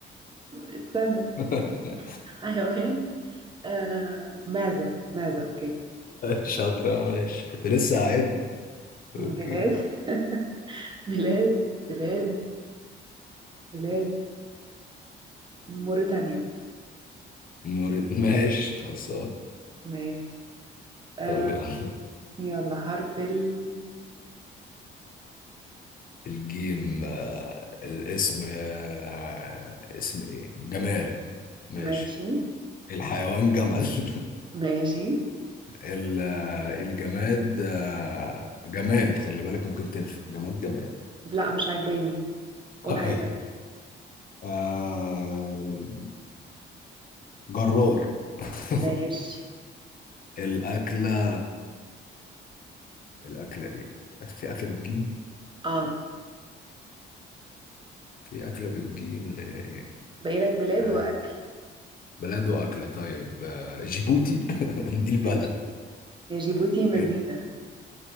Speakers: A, on the right; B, on the left.
A: استنى
B: <laughs>
A: حيوان آه معزة معزة أوكي
B: شاطرة ماشي كنت لسه هعد
A: بلاد
B: اوكي
A: <laughs> بلاد بلاد بلاد موريتانيا
B: مورد ماشي خلصان
A: ماشي آه
B: طب يلا
A: يلا حرف الجيم
B: الجيم آه، الاسم آه، اسم ايه جمال ماشي
A: ماشي
B: الحيوان جمل <laughs>
A: ماشي
B: ال- الجماد آه، جماد خلي بالك ممكن تنفع جماد جماد
A: لا مش عاجباني قول
B: <laughs>
A: حاجة
B: طيب
A: تانية
B: آه، جرار <laughs>
A: ماشي
B: الأكلة الأكلة إيه؟ أكل- في أكلة بالجيم؟
A: اه
B: في أكلة بالجيم اللي هي إيه؟
A: باقي لك بلاد
B: آه،
A: وأكل
B: بلد وأكلة طيب آه، جيبوتي <laughs> دي البلد
A: ماشي هي جيبوتي مدينة
B: آه،